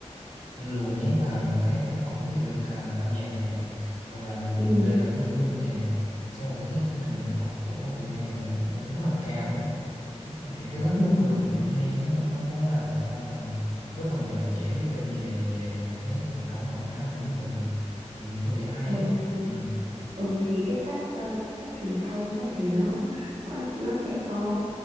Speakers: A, on the left; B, on the right.
A: luồn nhét vào những cái tác phẩm ví dụ như là âm nhạc nè hoặc là
B: ừ,
A: còn đây là có diễu binh nè xong rồi tôi thấy là tinh thần dân tộc của Việt Nam giờ này đang rất là cao á thì cái đó nó
B: ừ.
A: cũng là một cái điểm hay nó nó nó làm cho là rất là nhiều bạn trẻ biết thêm về về cái truyền thống văn hóa của nước mình ừ, tôi nghĩ là hay
B: ừ
A: ấy
B: thì
A: ừ,
B: Ừ thì cái cách ờ, cái cách truyền thông á, thì nó nó nó sẽ có